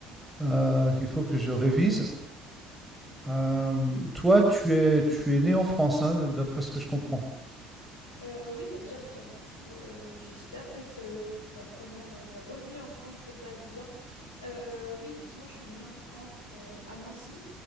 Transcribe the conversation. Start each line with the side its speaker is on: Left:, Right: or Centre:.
Centre: euh, qu'il faut que je révise. Euh, toi, tu es, tu es né en France, hein, d'après ce que je comprends.
Left: Heu, oui, bah, déjà bien, pour, heu, j'espère que te ta première, heu, ta revenue en France se passe bien. Heu, oui, effectivement, je suis née en France, heu, à Nancy